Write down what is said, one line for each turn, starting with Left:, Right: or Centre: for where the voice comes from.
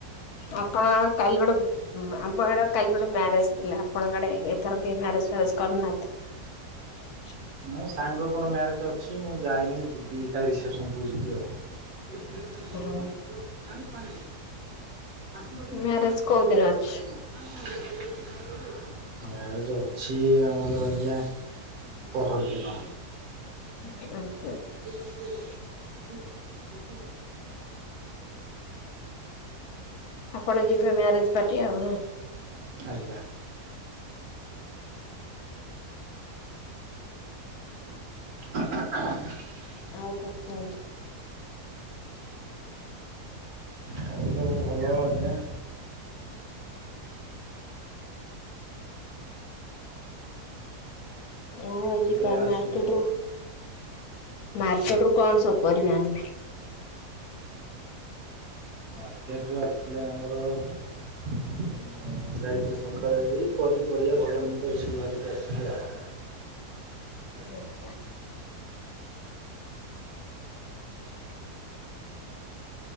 Left: ଆପଣ କାଲି ଗୋଟେ ଆମ ଆଡେ କାଲି ଗୋଟେ ମ୍ୟାରେଜ ଥିଲା ଆପଣଙ୍କ ଆଡେ ଏଥର କେହି ମ୍ୟାରେଜ ଫ୍ୟାରେଜ କରିନାହାଁନ୍ତି।
Right: ମୋ ସାଙ୍ଗଙ୍କର ମ୍ୟାରେଜ ଅଛି ମୁଁ ଯାଇନି ଯିବି ତା ରିସେପସନକୁୁ ଯିବି ଆଉ। ଫେ ପା ପ
Left: ଓହୋ।
Right: ପାଣି ପା ପ <inaudible> ସୁଡିଜାଇର
Left: ମ୍ୟାରେଜ
Right: ପା
Left: କୋଉ ଦିନ ଅଛି
Right: ପାଣି <inaudible> ମ୍ୟାରେଜ ଅଛି ଆମର ଆଜ୍ଞା ପହରଦିନ।
Left: <unintelligible>
Right: ଠିକ୍ ଅଛିି ଠିକ୍ ଅଛି।
Left: ଆପଣ ଯିବେ ମ୍ୟାରେଜ ପାର୍ଟି ଆଉ ନା।
Right: ଆଜ୍ଞା। <inaudible>
Left: ଆଉ କଣ କୁହନ୍ତୁ?
Right: ହଉ ସବୁ ଭଲ ଆଜ୍ଞା।
Left: ଆଉ ଆଜି
Right: କେବେ
Left: କଣ
Right: ଆସିବେ
Left: ମାର୍କେଟରୁ ମାର୍କେଟ ରୁ କଣ ସବୁ ପରିବା ଆଣିଲେ?
Right: ମାର୍କେଟରୁ ଆସିଲା ଆମର ଯାଇଥିଲି ସକାଳେ ପନିପରିବା ଭଲ ମୁ ତ ଏସବୁ ଧରିକି ଆସିଥିଲି ଆଉ
Left: <unintelligible>